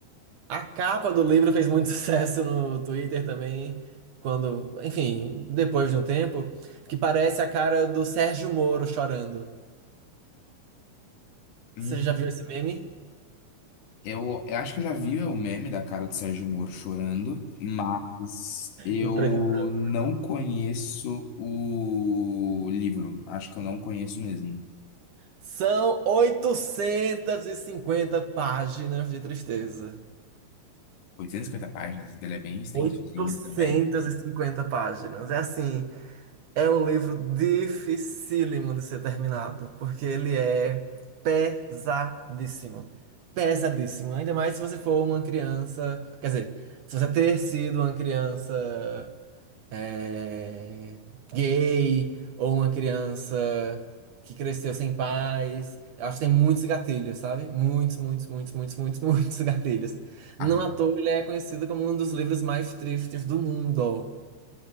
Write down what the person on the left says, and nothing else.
Hum,
Eu, eu acho que eu já vi o meme da cara do Sérgio Moro chorando, mas eu
não conheço o livro. Acho que eu não conheço mesmo.
oitocentas e cinquenta páginas, ele é bem extensozinho
também.
Ah,